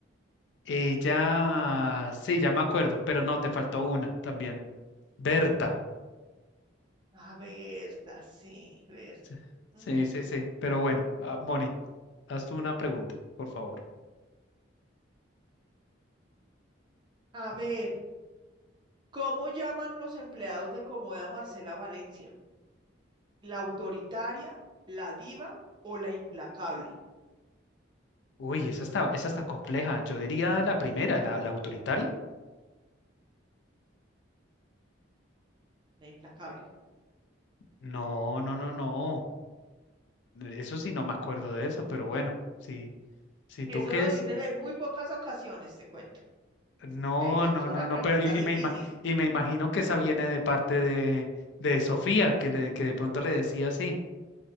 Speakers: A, on the left; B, on the right.
A: Ella,
B: No.
A: sí, ya me acuerdo, pero no, te faltó una también. Berta.
B: A ver, sí, Berta.
A: Sí,
B: Ujú.
A: sí, sí. sí. Pero bueno, ah, Moni, haz tú una pregunta, por favor.
B: A ver, ¿cómo llaman los empleados de Comoda Marcela Valencia? ¿La autoritaria, la diva o la implacable?
A: Uy, esa está, esa está compleja. Yo diría la primera, la, la autoritaria.
B: La implacable.
A: No, no, no, no. Eso sí, no me acuerdo de eso, pero bueno, sí. Si
B: Eso
A: tú que
B: lo
A: es,
B: dicen en muy pocas ocasiones, te cuento.
A: No,
B: sea, Eso
A: no,
B: es una
A: no,
B: pregunta
A: no, pero y,
B: difícil.
A: y me, ima- y me imagino que esa viene de parte de, de Sofía, que, le, que de pronto le decía así.